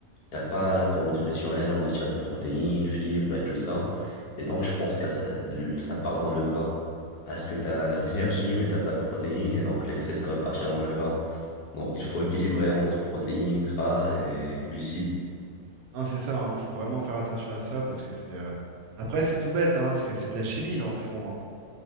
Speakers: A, on the left (about 80°); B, on the right (about 70°).
A: t'as pas l'apport nutritionnel en matière de protéines, fibres et tout ça. Et donc, je pense que ça, le- ça part dans le gras parce que t'as <laughs> l'énergie, mais t'as pas de protéines et donc l'excès, ça va partir dans le gras. Donc, il faut équilibrer entre protéines, gras et glucides.
B: hein, c'est ça, hein, faut vraiment faire attention à ça, parce que c'est... euh, Après, c'est tout bête, hein, parce que c'est de la chimie dans le fond. hein.